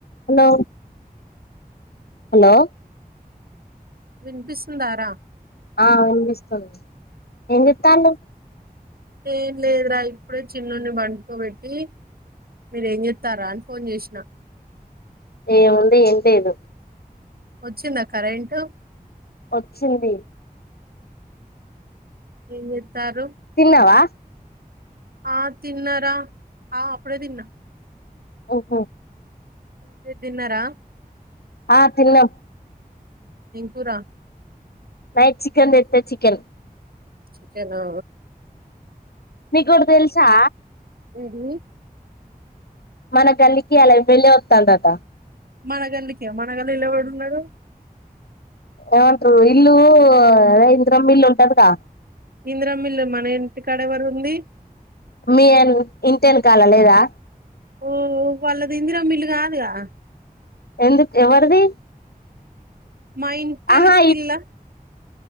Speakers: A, on the left; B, on the right.
A: hello hello
B: వినిపిస్తుందరా
A: ఆ వినిపిస్తుంది ఏం చెత్తండ్లు
B: ఏం లేదురా ఇప్పుడే చిన్నోని పండుకోబెట్టి మీరు ఏం చెత్తంరా అని ఫోన్ చేసీన
A: ఏముంది ఏం లేదు
B: వచ్చింద కరెంటు
A: వచ్చింది
B: ఏం చెత్తారృ
A: తిన్నవా
B: ఆ తిన్నరా ఆ అప్పుడే తిన్న
A: ఓహో
B: మీరు తిన్నరా
A: ఆ తిన్నం
B: ఏం కూర
A: నైట్ చికెన్ తెతే చికెన్
B: చికెనా
A: నిగొకటి తెలుసా
B: ఇది
A: మన గల్లికి అలా వెళ్ళి వత్తాందట
B: మన గల్లికి ఆ మన గల్లిలొ ఎవడు ఉన్నాడు
A: ఏమంటారు ఇల్లు రైంద్రం మిల్లు ఉంటదిగా
B: ఇంద్రా మిల్ మన ఇంటి కాడ ఎవడు ఉంది
A: మీ ఎన్ ఇంటి వెనకాల లేదా
B: ఓహో వాళ్ళది ఇందిరా మిల్లు కాదుగా
A: ఎందుకు ఎవరిది
B: మా ఇంటి
A: ఆహా
B: ఎనుకిలా